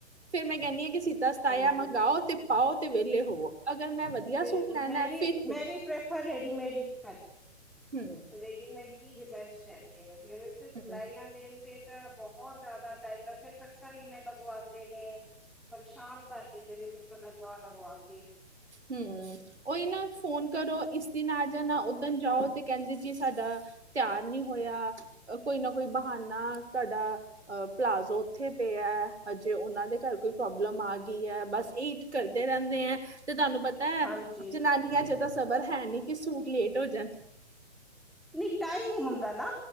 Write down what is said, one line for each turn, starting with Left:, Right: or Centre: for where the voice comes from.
Right: ਫੇਿਰ ਮੈਂ ਕਹਿੰਦੀ ਹਾਂ ਕਿ ਤਸ ਤਾਇਾ
Centre: ਹਾਂਜੀ
Right: ਮੈਂ ਗਾਓ ਤੇ ਪਾਓਤ ਤੇ ਵਿਹਲੇ ਹੋਵੋ ਅਗਰ ਮੈਂ ਵਧੀਆ
Centre: ਬਿਲਕੁਲ
Right: ਸੂਟ ਲੈਣਾ
Centre: ਮੈਂ
Right: ਹੈ,
Centre: ਵੀ
Right: ਫਿਰ
Centre: ਮੈਂ ਵੀ ਪ੍ਰੈਫਰ ਰੈਡੀਮੇਡ ਠ ਕਰ
Right: ਹੂੰ
Centre: ਰੇਡੀਮੇਡ ਕੀਠੀ ਵੀ ਸਰਚ ਕਰ ਜਿਵੇਂ ਤੇ ਸਿਲਾਈਆਂ
Right: ਹੂੰ
Centre: ਦੇਲ ਤੇ ਤਾਂ ਬਹੁਤ ਜ਼ਿਆਦਾ ਟਾਈਮ ਦਾ ਫਿਰ ਅਕਸਰ ਇਵੇਂ ਲਗਵਾਉਂਦੇ ਨੇ ਸ਼ਾਨ ਸ ਚੀਜ਼ ਹੈ ਜ ਲਜਵਾ ਲਗਵਾ ਚੀਜ਼
Right: ਹਮ ਓਹੀ ਨਾ ਫੋਨ ਕਰੋ ਇਸ ਦਿਨ ਆ ਜਾ ਨਾ ਉਓਦਣ ਜਾਓ ਤੇ ਕਹਿੰਦੇ ਜੀ ਸਾਡਾ ਤਿਆਰ ਨੀ ਹੋਇਆ ਕੋਈ ਨਾ ਕੋਈ ਬਹਾਨਾ ਤੁਹਾਡਾ ਪਲਾਜ਼ੋ ਉੱਥੇ ਪਿਆ ਹਜੇ ਉਹਨਾਂ ਦੇ ਘਰ ਕੋਈ ਪ੍ਰੋਬਲਮ ਆਈ ਗੀ ਹੈ ਬਸ ਇ ਕਰਦੇ ਰਹਿੰਦੇ ਹੈ ਤੇ ਤੁਹਾਨੂੰ ਪਤਾ
Centre: ਹਾਂਜੀ
Right: ਪ ਜ ਨਾਨੀਆਂ ਚ ਤਾਂ ਖਬਰ ਹੈ ਨੀ ਕਿ ਸੂਟ ਲੇਟ ਹੋਜਣ
Centre: ਨਹੀਂ ਟਾਈਮ ਨ ਹੁੰਦਾ ਨਾ